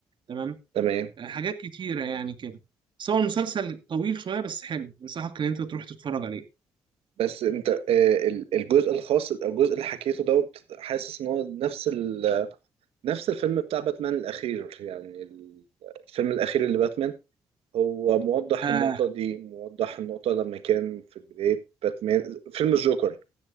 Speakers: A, on the right; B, on the right.
A: تمام
B: تمام
A: آه حاجات كتيرة يعني كده بس هو المسلسل طويل شوية بس حلو أنصحك إن أنت تروح تتفرج عليه
B: بس أنت آه، ال- الجزء الخاص الجزء اللي حكيته دوت حاسس إن هو نفس ال... نفس الفيلم بتاع باتمان الأخير يعني ال- الفيلم الأخير اللي باتمان هو موضح
A: آه
B: النقطة دي موضح النقطة لما كان في بداية باتمان فيلم الجوكر